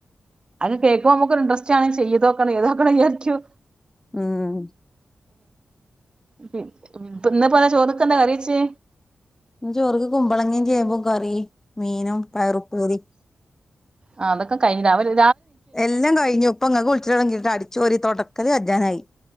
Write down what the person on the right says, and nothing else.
അത് കേക്ക്മ്പോ മ്ക്കാെര് ഇൻട്രസ്റ്റാണ് ചെയ്തോക്കണം ഏതാക്കണം യാര്ക്ക്യാേ
പി ഇപ്പന്ന് പ്പതാ ചോർക്കെന്താ കറ്യെച്ചേ
ആ അതൊക്കെ കയ്ഞ്ഞ് രാവ് ലെ